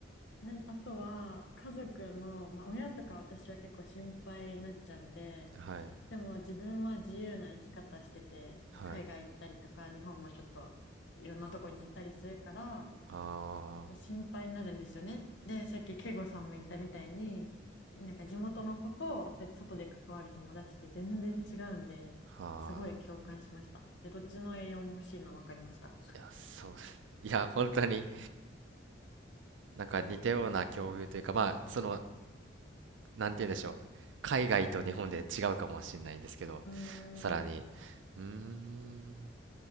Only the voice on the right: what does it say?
はい。
はい。
ああ、
はあ。
いや、そうです。いや、本当に、なんか似たような境遇というか、まあ、その、なんて言うんでしょう。海外と日本で違うかもしれないんですけど、
さらに、うーん、